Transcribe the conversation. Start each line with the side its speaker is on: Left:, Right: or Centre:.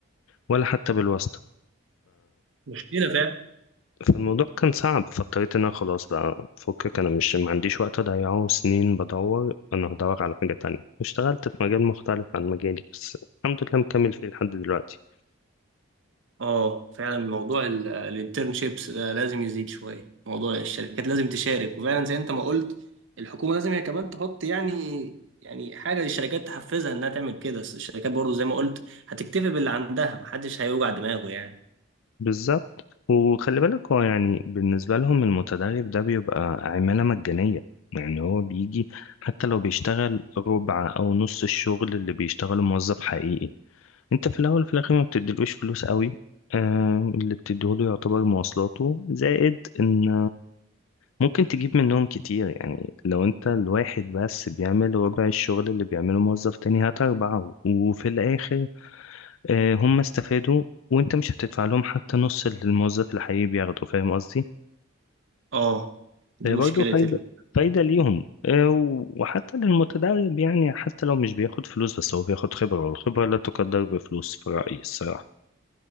Left: ولا حتى بالواسطه
Right: مشكلة فعلا
Left: فالموضوع كان صعب فاضطريت ان انا خلاص بقى فكك انا مش ما عنديش وقت اضيعه سنين بدور انا هدور على حاجة تانية اشتغلت في مجال مختلف عن مجالي بس الحمد لله مكمل فيه لحد دلوقتي
Right: اه فعلا موضوع الانترنشيبس ده لازم يزيد شوية موضوع الشركات لازم تشارك وفعلا زي انت ما قلت الحكومة لازم هي كمان تحط يعني يعني حاجة للشركات تحفزها انها تعمل كده بس الشركات برضو زي ما قلت هتكتفي باللي عندها محدش هيوجع دماغه يعني
Left: بالظبط وخلي بالك هو يعني بالنسبة لهم المتدرب ده بيبقى عمالة مجانية يعني هو بيجي حتى لو بيشتغل ربع أو نص الشغل اللي بيشتغله موظف حقيقي انت في الأول وفي الآخر ما بتديلوش فلوس قوي آه، اللي بتديهوله يعتبر مواصلاته زائد ان ممكن تجيب منهم كتير يعني لو انت الواحد بس بيعمل ربع الشغل اللي بيعمله موظف تاني هات أربعة وفي الآخر آه، هم استفادوا وانت مش هتدفع لهم حتى نص اللي الموظف الحقيقي بياخده فاهم قصدي؟
Right: اه دي
Left: فهي
Right: مشكلة
Left: برضه فايدة
Right: ال...
Left: فايدة ليهم آه، و- وحتى للمتدرب يعني حتى لو مش بياخد فلوس بس هو بياخد خبرة والخبرة لا تقدر بفلوس في رأيي الصراحة